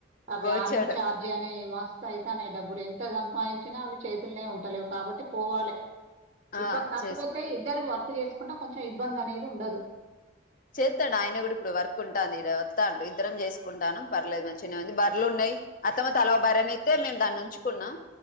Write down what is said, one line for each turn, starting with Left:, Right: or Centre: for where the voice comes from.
Right: ఆ
Left: బొచ్చడు
Right: వ్యాన్ చార్ అని మస్తు అయితనే డబ్బులు ఎంత సంపాదించినా అవి చేతులనే ఉంటలేవు కాబట్టి పోవాలి
Left: ఆ
Right: ఇబ్బ కాకపోతే
Left: చేసుకుని
Right: ఇద్దరు వర్క్ చేసుకుంటే కొంచెం ఇబ్బంది అనేది ఉండదు
Left: చేస్తాండు ఆయన కూడా ఇప్పుడు వర్క్ ఉంటుంది ఇడ వస్తాండు ఇద్దరం చేసుకుంటాము పర్లేదు మంచిగానే ఉంది బర్రలు ఉన్నాయి అత్తమ్మ తల ఓ బర్రెను ఇస్తే మేము దాన్ని ఉంచుకున్నాం